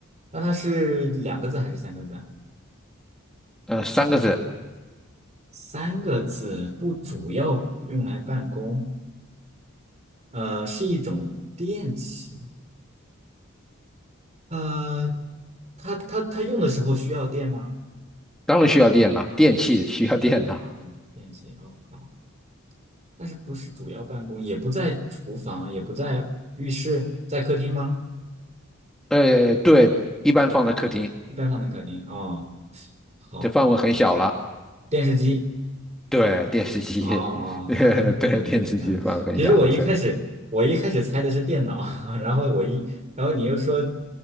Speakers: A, on the right (about 35°); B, in the centre.
A: 那它是两个字还是三个字啊？
B: 呃，三个字，
A: 三个字，不主要用来办公。呃，是一种电器。呃，它它它用的时候需要电吗？
B: 当然需要电了，电器需要电了，
A: 嗯，电器。哦，好，但是不是主要办公，也不在厨房，也不在浴室，在客厅吗？
B: 呃，对，一般放在客厅，
A: 一般放在客厅。哦，好，
B: 这范围很小了，
A: 电视机。
B: 对，电视机，
A: 哦哦，
B: <laughs>
A: <laughs> 眼嗯，
B: 对，电视机范围很小了，
A: 其实我一开始我一开始猜的是电脑，
B: 对，
A: <laughs> 然后我一然后你又说，